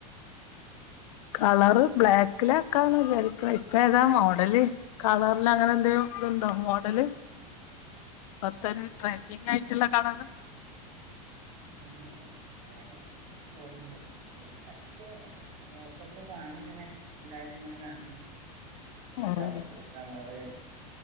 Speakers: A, on the left (about 65°); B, on the right (about 75°).
A: കളറ് ബ്ലാക്കില ആക്കന്ന് വിചാരിക്ക ഇപ്പ ഏതാ മോഡല് കളറില് അങ്ങനെ എന്തേ ഇതുണ്ടോ മോഡല് പത്തര ട്രെൻഡിങ് ആയിട്ടുള്ള കളറ്
B: ഉം അങ്ങനെയൊന്നും ഇല്ലാന്നാതോന്നണ്ട് ഒരു പച്ചേ ദിവസൊക്കെ കാണും ഇങ്ങനെ എല്ലാവാരും ഇങ്ങനെ കാണണം
A: ആഹ്
B: പർപ്പിൾ കളറ്